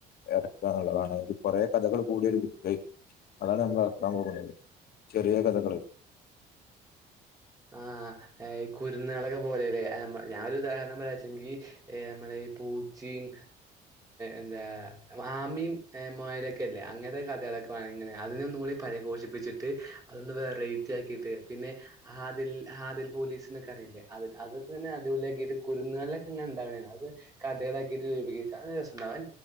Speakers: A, on the left; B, on the right.
A: ഇറക്കുക എന്നുള്ളതാണ് ഒരു കൊറെേ കഥകൾ കൂടിയൊ ഒരു ബുക്ക് അതാണ് നമ്മൾറക്കാൻ പോകുന്നത് ചെറിയ കഥകൾ
B: ആഹ കുരുന്നുകളളൊക്കെ പോലെല്ലെ ഞാനൊരു ഉദാഹരണം എ വെച്ചെങ്കിൽ നമ്മള പൂച്ചയും എന്താ മാമിയും മുയലൊക്കെല്ലേ അങ്ങനത്തെ കഥ ഇങ്ങനെ അതിനെ ഒന്നും കൂടി പരിഘോഷിപ്പിച്ചിട്ട് അതൊന്ന് വെറൈറ്റി ആക്കിട്ട് പിന്നെ ഹാദിൽ ഹാദിൽ പോലീസിനൊക്കെ അറില്ല അതൊക്കെന്നെ അടിപൊളി യാക്കിട്ട് കുരുന്നുകളൊക്കെ ഇങ്ങനെ ഉണ്ടാവ കഥകളാക്കിട്ട് രപ രുണ്ടാവാ